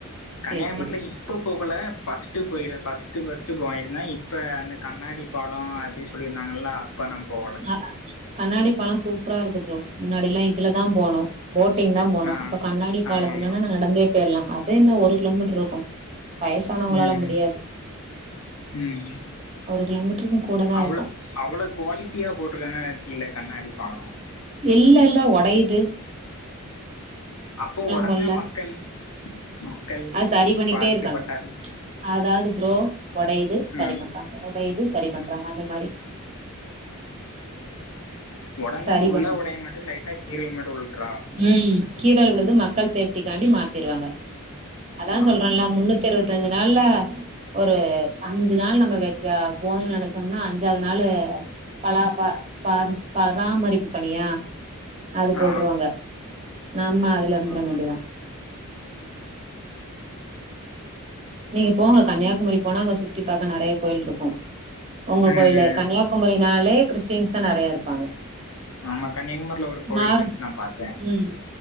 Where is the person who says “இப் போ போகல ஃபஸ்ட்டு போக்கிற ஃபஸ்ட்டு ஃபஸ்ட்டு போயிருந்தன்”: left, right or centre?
Left